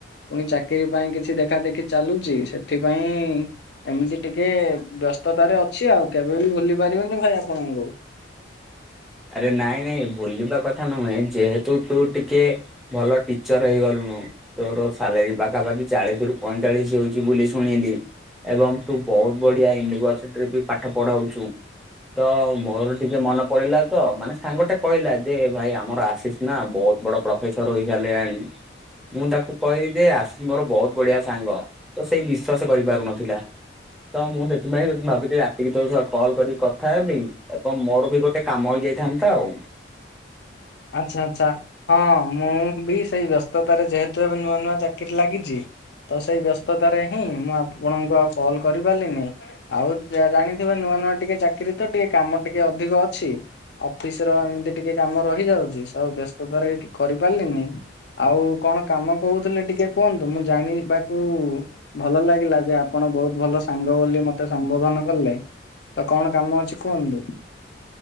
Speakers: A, on the left; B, in the centre.
A: ପୁଣି ଚାକିରି ପାଇଁ କିଛି ଦେଖାଦେଖି ଚାଲୁଚି ସେ ଥିପାଇଁ ଏମିତି ଟିକେ ବ୍ୟସ୍ତତାରେ ଅଛି ଆଉ କେବେ ବି ଭୁଲି ପାରିବିନି ଭାଇ ଆ ପଣଙ୍କୁ।
B: ଆରେ ନାଇଁ ନାଇଁ ଭୁଲିବା କଥା ନୁହେଁ। ଯେହେତୁ ତୁ ଟିକେ ଭଲ ଟିଚର ହେଇଗଲୁଣୁ ତୋର ସାଲେରୀ ପାଖାପାଖି ଚାଳିଶ ରୁ ପଇଁଚାଳିସି ହୋଉଚି ବୁଲି ଶୁଣିଲି ଏବଂ ତୁ ବୋହୁତ ବଢ଼ିଆ ୟୁନିଭର୍ସିଟିରେ ବି ପାଠ ପଢ଼ାଉଛୁ। ତ ମୋର ଟିକେ ମନେ ପଡିଲା ତ ମାନେ ସାଙ୍ଗଟେ କହିଲା ଯେ ଭାଇ ଆମର ଆଶିଷ ନା ବହୁତ ବଡ ପ୍ରଫେସର ହୋଇସାରିଲାଣି। ମୁଁ ତାକୁ କହିଲି ଯେ ଆଶି ମୋର ବହୁତ ବଢିଆ ସାଙ୍ଗ, ତ ସେଇ ବିଶ୍ଵାସ କରିପାରୁନଥିଲା। ତ ମୁଁ ସେଥିପାଇଁ ଭାବିଲି ରାତିକି ତୋ ସ କଲ୍ କରିକି କଥା ହେବି ଏବଂ ମୋର ବି ଗୋଟେ କାମ ହୋଇଯାଇଥାନ୍ତା ଆଉ।
A: ଆଚ୍ଛା ଆଚ୍ଛା। ହଁ ମୁଁ ବି ସେଇ ବ୍ୟସ୍ତତାରେ ଯେହେତୁ ଏବେ ନୂଆ ନୂଆ ଚାକିରି ଲାଗିଚି ତ ସେଇ ବ୍ୟସ୍ତତାରେ ହିଁ ମୁଁ ଆପଣଙ୍କୁ ଆଉ କଲ୍ କରିପାରିଲିନି। ଆଉ ଯା ଜାଣିଥିଵେ ନୂଆ ନୂଆ ଟିକେ ଚାକିରି ତ ଟିକେ କାମ ଟିକେ ଅଧିକ ଅଛି। ଅଫିସ ର ଏମିତି ଟିକେ କାମ ରହିଯାଉଚି। ସବୁ ବ୍ୟସ୍ତତାରେ କରିପାରିଲିନି। ଆଉ କଣ କାମ କୋହୁଥିଲେ, ଟିକେ କୁହନ୍ତୁ ମୁଁ ଜାଣି ବାକୁ ଭଲ ଲାଗିଲା, ଯେ ଆପଣ ବହୁତ ଭଲ ସାଙ୍ଗ ବୋଲି ମତେ ସମ୍ବୋଧନ କଲେ। ତ କଣ କାମ ଅଛି କୁହନ୍ତୁ।